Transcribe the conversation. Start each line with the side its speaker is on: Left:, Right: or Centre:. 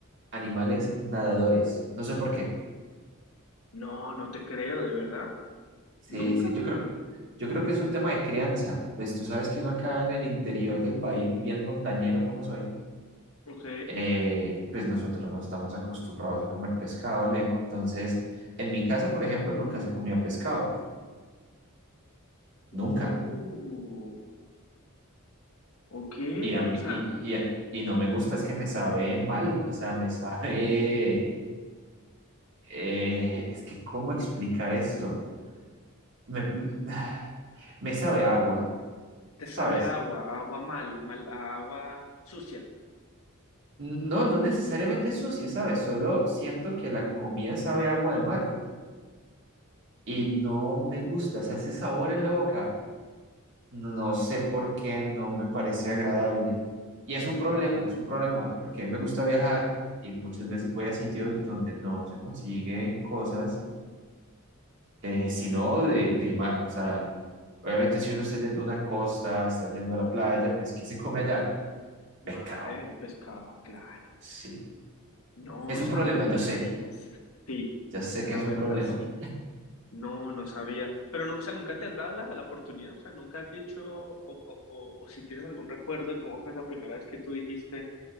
Right: animales nadadores. No sé por qué.
Left: No, no te creo, ¿de verdad?
Right: Sí,
Left: ¿Nunca?
Right: sí, yo creo, yo creo que es un tema de crianza. Pues tú sabes que uno acá en el interior del país, bien montañero como soy,
Left: Ok.
Right: eh, pues nosotros no estamos acostumbrados a comer pescado, Alejo. Entonces, en mi casa, por ejemplo, nunca se comía pescado.
Left: Uh,
Right: Nunca.
Left: ok,
Right: Y, a mí-
Left: o sea,
Right: y, y- a- y no me gusta, es que me sabe mal, o sea, me sabe, eh, es que ¿cómo explicar esto? Me, me- <sighs> me sabe a agua,
Left: te sabe
Right: ¿sabes?
Left: a agua, a agua mal, mal, a agua sucia.
Right: No, no necesariamente sucia, ¿sabes? Solo siento que la comida sabe a agua de mar y no me gusta, o sea, ese sabor en la boca, no sé por qué, no me parece agradable. Y es un problema,
Left: Eh,
Right: es un problema, porque a mí me gusta viajar y muchas veces voy a sitios donde no se consiguen cosas eh, sino de, de mal. O sea, obviamente si uno está yendo a una costa, está yendo a la playa, pues ¿qué se come allá? Pescado.
Left: ma- eh, pescado, claro.
Right: Sí.
Left: No,
Right: Es
Left: Santi,
Right: un problema,
Left: no
Right: yo sé.
Left: me digas. Sí,
Right: Ya sé
Left: la
Right: que es
Left: verdad
Right: un problema.
Left: sí. No, no sabía. Pero no, o sea, nunca te has dado la, la oportunidad, o sea, nunca has dicho, o, o, o, o si tienes algún recuerdo de cómo fue esa primera vez que tú dijiste.